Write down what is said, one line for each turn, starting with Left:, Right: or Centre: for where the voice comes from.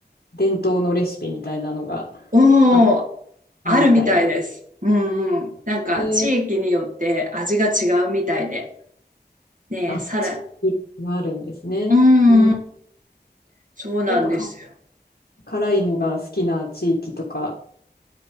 Left: 伝統のレシピみたいなのが
Right: おお、
Left: あっ
Right: あるみたいです。
Left: たみたいな。
Right: うんうん。なんか地域によって味が違うみたいで。
Left: えー、
Right: ねえ、
Left: あ、
Right: さら、
Left: 地域があるんですね。
Right: うんうん。
Left: うん。
Right: そうなんですよ。
Left: やっぱか、辛いのが好きな地域とか